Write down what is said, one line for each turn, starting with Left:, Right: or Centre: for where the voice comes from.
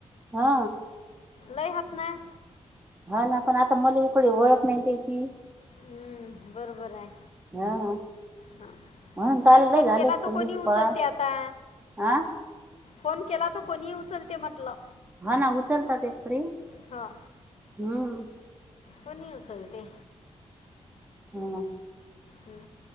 Right: हा,
Left: लय हात ना.
Right: हा ना पण आता मला इकडे ओळख नाही त्याची.
Left: हम्म बरोबर आहे.
Right: हा,
Left: हा
Right: म्हणून आलेला
Left: ए, फोन
Right: झाले
Left: केला तर कोणी उचलते
Right: पळा
Left: आता
Right: हं.
Left: फोन केला त कोणी उचलते म्हटलं.
Right: हा ना उतलतात एक फरी हम्म.
Left: हा कोणी उचलते.
Right: ह ह,
Left: हम्म.